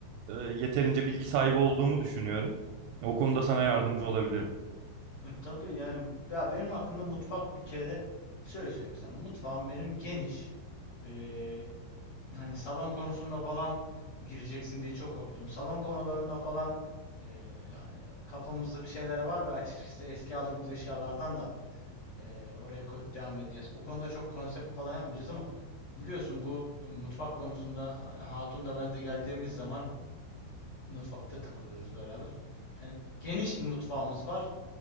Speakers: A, on the right; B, on the left.
A: e, yeterince bilgi sahibi olduğumu düşünüyorum. O konuda sana yardımcı olabilirim.
B: Hı, Tabii yani ya benim hakkında mutfak bir kere şöyle söyleyeyim sana. Mutfağım benim geniş. Ee, hani salon konusunda falan gireceksin diye çok korktum. Salon konularında falan ee, hani kafamızda bir şeyler var ve açıkçası eski aldığımız eşyalardan da ee, oraya koyup devam edeceğiz. O konuda çok konsept falan yapmayacağız ama biliyorsun bu mutfak konusunda Hatun da ben de geldiğimiz zaman mutfakta takılıyoruz beraber. Hani geniş bir mutfağımız var